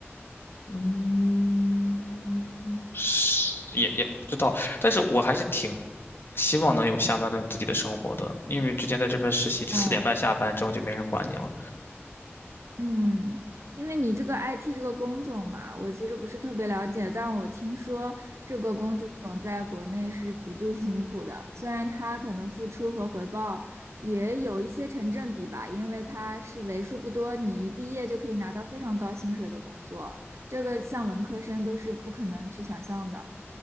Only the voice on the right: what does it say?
哦，嗯，因为你这个 IT 这个工种嘛，我其实不是特别了解，但我听说这个工种在国内是极度辛苦的，虽然它可能付出和回报也有一些成正比吧，因为它是为数不多你一毕业就可以拿到非常高薪水的工作，这个像文科生都是不可能去想象的。